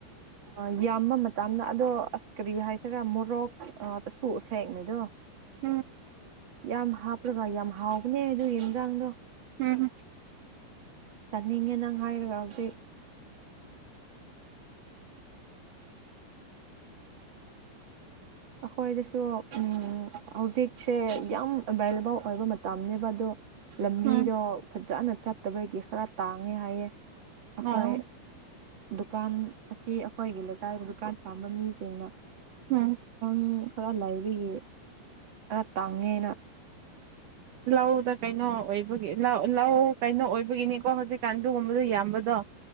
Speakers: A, on the right; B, on the right.
A: ꯑꯣ ꯌꯥꯝꯕ ꯃꯇꯝꯗ ꯑꯗꯣ ꯑꯁ ꯀꯔꯤ ꯍꯥꯏꯗꯣꯏꯔꯥ ꯃꯣꯔꯣꯛ ꯁꯣꯛꯁꯦꯡꯃꯦꯩꯗꯣ
B: ꯎꯝ
A: ꯌꯥꯝ ꯍꯥꯞꯄ꯭ꯔꯒ ꯌꯥꯝ ꯍꯥꯎꯕꯅꯦ ꯑꯗꯨ ꯌꯦꯟꯖꯥꯡꯗꯣ
B: ꯎꯝ
A: ꯆꯅꯤꯡꯉꯦ ꯅꯪ ꯍꯥꯏꯔ ꯍꯧꯗꯤ ꯈꯣꯏꯗꯁꯨꯣ ꯎꯝ ꯍꯧꯖꯤꯛ ꯁꯦ ꯌꯥꯝ ꯑꯦꯕꯥꯏꯂꯦꯕꯜ ꯑꯣꯏꯕ ꯃꯇꯝꯅꯦꯕ ꯑꯗꯣ ꯂꯝꯕꯤꯗꯣ
B: ꯎꯝ
A: ꯐꯖꯅ ꯆ ꯇꯕꯒꯤ ꯈꯔ ꯇꯥꯡꯉꯦ ꯍꯥꯏꯌꯦ ꯑꯩꯈꯣꯏ
B: ꯎꯝ
A: ꯗꯨꯀꯥꯟ ꯑꯁꯤ ꯑꯩꯈꯣꯏꯒꯤ ꯂꯩꯀꯥꯏꯗ ꯗꯨꯀꯥꯟ ꯐꯥꯝꯕ ꯃꯤꯁꯤꯡꯅ
B: ꯎꯝ
A: ꯎ ꯈꯔ ꯂꯥꯏꯕꯤꯌꯦ ꯈꯔ ꯇꯥꯡꯉꯦꯅ
B: ꯂꯧꯗ ꯀꯩꯅꯣ ꯑꯣꯏꯕꯒꯤ ꯂꯧ ꯂꯧ ꯀꯩꯅꯣ ꯑꯣꯏꯕꯒꯤꯅꯤꯀꯣ ꯍꯧꯖꯤꯛꯀꯥꯟ ꯑꯗꯨꯒꯨꯝꯕꯗꯣ ꯌꯥꯝꯕꯗꯣ